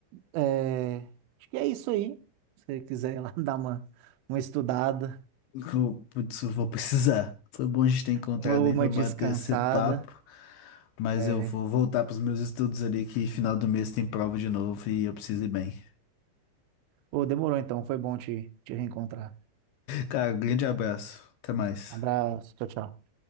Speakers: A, on the right; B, on the left.
A: É, acho que é isso aí. Se você quiser ir lá <laughs> dar uma, uma estudada,
B: Eu, putz, eu vou precisar. Foi bom a gente ter encontrado
A: uma,
B: aí
A: uma
B: para bater
A: descansada.
B: esse papo, mas
A: É.
B: eu vou voltar para os meus estudos ali, que final do mês tem prova de novo e eu preciso ir bem.
A: Ô, demorou então, foi bom te, te reencontrar.
B: Cara, grande abraço. Até mais.
A: Um abraço, tchau, tchau.